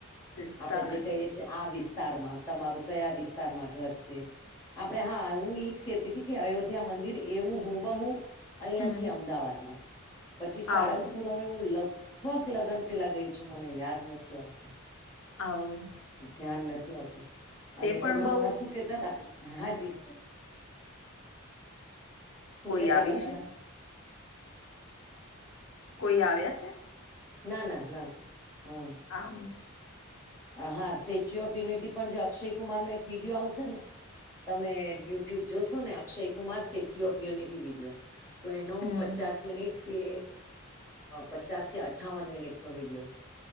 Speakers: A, on the left; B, on the left.
A: વિસ્તાર
B: આપડે જે કહીએ છીએ આ વિસ્તારમાં તમારું કયા વિસ્તારમાં ઘર છે આપડણે હા હું ઈજ કેતી હતી કે અયોધ્યા મંદિર એવું હું બહુ અહિયાં
A: હમ
B: છે અમદાવાદમાં પછી સારંગપુર
A: આવું
B: હ હું લગભગ લગ્ન પેલા ગઈ છું મને યાદ નથી આવતું
A: હ
B: ધ્યાન નથી આવતું અને તમે
A: પણ બઉ
B: હમણાં શું કેતા હતાા હાજી શું
A: કોઈ
B: કેતા
A: આવ્યું
B: હતાા
A: છે
B: તમે
A: કોઈ આવ્યા છે
B: ના ના ના હમ
A: આ
B: હા સ્ટેચ્યુ ઓફ યુનિટી પણ જે અક્ષય કુમાર નો એક વિડીિયો આવશે ને તમે યુટ્યુબ જોશો ને Akshay Kumar Statue of Unity video તો એનો
A: હમ
B: પચાસ મિટ કે પચાસ કે અઠ્ઠાવન મિનિટ નો વિડીિયો છે